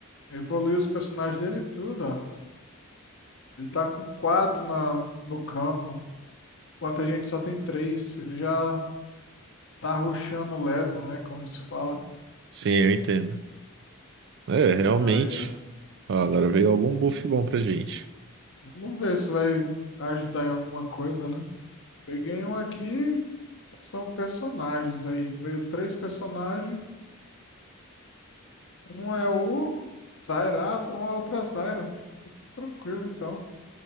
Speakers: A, on the left (about 60°); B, on the right (about 55°).
A: evoluiu os personagens dele e tudo, ó. Ele tá com quatro na, no campo. Enquanto a gente só tem três. Ele já tá rushando o level, né? Como se fala.
B: Sim, eu entendo. É, realmente.
A: Aí, ó.
B: Ó, agora veio algum buff bom pra gente.
A: Vamos ver se vai ajudar em alguma coisa, né? Peguei um aqui que são personagens aí. Veio três personagens. Um é o Zaira, ah, uma outra Zaira. Tá Tranquilo, então.